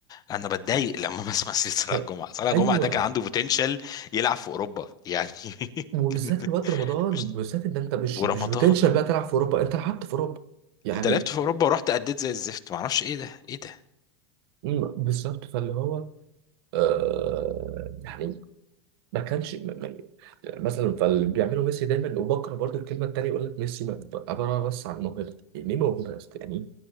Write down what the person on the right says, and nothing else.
ب-
ايوه
وبالذات
في وقت رمضان
بالذات ان انت مش
مش بتنشل بقى تلعب في اوروبا انت لعبت في اوروبا يعني
مم، بالظبط فاللي هو آه يعني ما كانش م- م- مثلا فاللي بيعمله ميسي دايما وبكره برضو الكلمه التانيه يقول لك ميسي ما- عباره بس عن موهبه يعني ايه موهبه يا اسطى يعني إيه؟